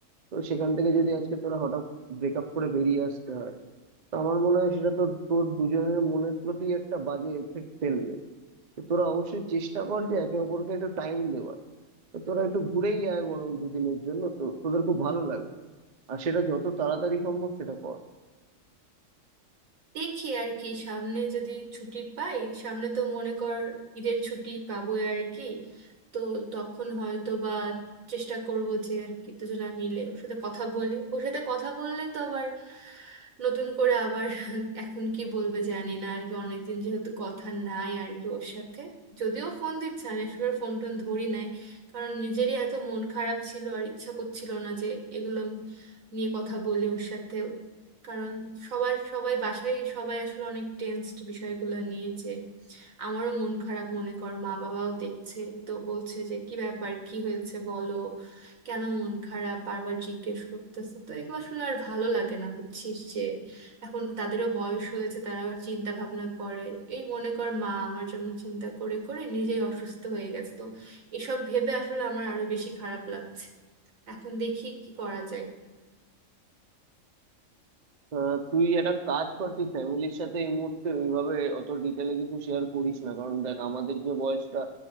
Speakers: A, on the right; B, on the right.
A: তো সেখান থেকে যদি আজকে তোরা হঠাৎ ব্রেকআপ করে বেরিয়ে আসতে হয় তো আমার মনে হয় সেটা তোর তোর দুজনের মনের প্রতি একটা বাজে এফেক্ট ফেলবে তো তোরা অবশ্যই চেষ্টা কর যে একে অপরকে একটু টাইম দেওয়ার তো তোরা একটু ঘুরেই আয় বরং দুদিনের জন্য তো তোদের খুব ভালো লাগবে আর সেটা যত তাড়াতাড়ি সম্ভব সেটা কর
B: দেখি আর কি সামনে যদি ছুটি পাই সামনে তো মনে কর ঈদের ছুটি পাবোই আর কি তো তখন হয়তো বা চেষ্টা করব যে আর কি দুজনা মিলে ওর সাথে কথা বলি ওর সাথে কথা বললে তো আবার নতুন করে আবার <laughs> এখন কি বলবে জানি না আর কি অনেকদিন যেহেতু কথা নাই আর কি ওর সাথে যদিও ফোন দিচ্ছে আমি আসলে ওর ফোন টোন ধরি নাই কারণ নিজেরই এত মন খারাপ ছিল আর ইচ্ছা করছিল না যে এগুলো নিয়ে কথা বলি ওর সাথে কারণ সবার সবাই বাসায় সবাই আসলে অনেক টেনসড বিষয়গুলো নিয়ে যে আমারও মন খারাপ মনে কর মা বাবাও দেখছে তো বলছে যে কি ব্যাপার কি হয়েছে বলো কেন মন খারাপ বারবার জিজ্ঞেস করতেছে তো এগুলো আসলে আর ভালো লাগে না বুঝছিস যে এখন তাদেরও বয়স হয়েছে তারাও চিন্তা ভাবনা করে এই মনে কর মা আমার জন্য চিন্তা করে করে নিজেই অসুস্থ হয়ে গেছে তো এসব ভেবে আসলে আমার আরো বেশি খারাপ লাগছে এখন দেখি কি করা যায়
A: আহ, তুই একটা কাজ কর তুই ফ্যামিলির সাথে এই মুহূর্তে ওইভাবে অত ডিটেলে কিছু শেয়ার করিস না কারণ দেখ আমাদের যে বয়সটা